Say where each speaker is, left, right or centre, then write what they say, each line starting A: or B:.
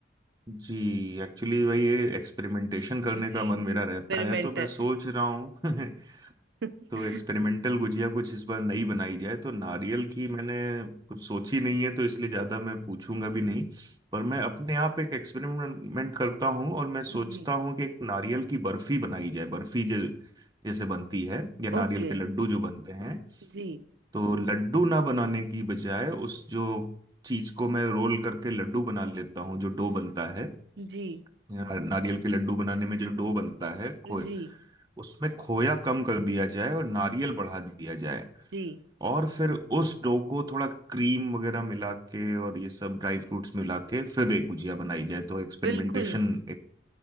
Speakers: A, on the right (about 20°); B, on the right (about 65°).
A: जी एक्चुअली वही
B: जी
A: है एक्सपेरिमेंटेशन करने
B: जी,
A: का मन मेरा
B: ये एक्सपेरिमेंट
A: रहता है तो मैं
B: है
A: सोच रहा हूँ <laughs>
B: <laughs>
A: तो एक्सपेरिमेंटल गुजिया कुछ इस बार नई बनाई जाए तो नारियल की मैंने कुछ सोची नहीं है तो इसलिए ज़्यादा मैं पूछूंगा भी नहीं पर मैं अपने आप एक एक्सपेरिमेंट करता हूँ और मैं सोचता
B: जी
A: हूँ कि एक नारियल की बर्फी बनाई जाए बर्फी जो जैसे बनती है या नारियल
B: ओके
A: के लड्डू जो बनते हैं
B: जी
A: तो लड्डू ना बनाने की बजाय उस जो चीज को मैं रोल करके लड्डू बना लेता हूँ जो डो बनता है
B: जी
A: या नारियल के लड्डू बनाने में जो डो बनता है खोए
B: जी
A: उसमें खोया कम कर दिया जाए और नारियल बढ़ा दिया जाए
B: जी
A: और फिर उस डो को थोड़ा क्रीम वगैरह मिला के और ये सब ड्राई फ्रूट्स मिला के फिर एक गुजिया बनाई जाए तो एक्सपेरिमेंटेशन
B: बिल्कुल
A: एक